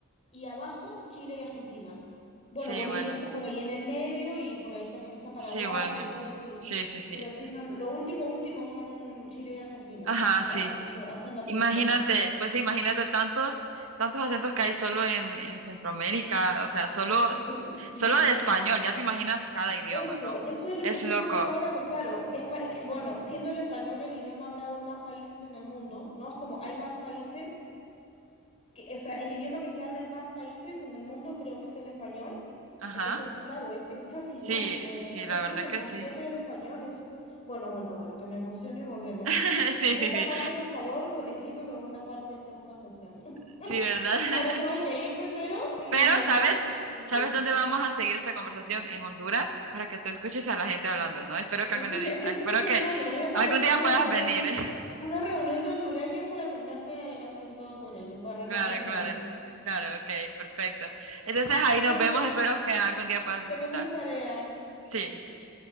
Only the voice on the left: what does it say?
y abajo Chile y Argentina. Bueno,
Bolivia
está por ahí en el medio y por ahí también está Paraguay,
Uruguay, así.
Pero así no, lo último, último son Chile y Argentina.
Es como
hace- hacen la
punta.
Es que eso, sí.
Eso,
eso es lo
que estoy
pensando ahora, que claro, es, pa- es que, bueno, siendo el español el idioma hablado en más países en el mundo, ¿no? Es como hay más países, que, o sea, el idioma que se habla en más países en el mundo creo que es el español.
Entonces, claro, es, es fascinante
lo de los
acentos,
en
concreto
del español, es súper... Bueno, bueno, bueno, que me emociono y volvemos.
Segunda
parte, por favor, solicito segunda parte de esta conversación. <laughs>
Ahora tengo que irme, pero mm,
lo
dejamos pendiente.
Escucha,
es que
eso estoy pensando.
Voy a convocar
una
reunión,
una reunión de hondureños para aprenderme el acento hondureño, para reconocerlo.
Muy
bien,
tenemos tarea.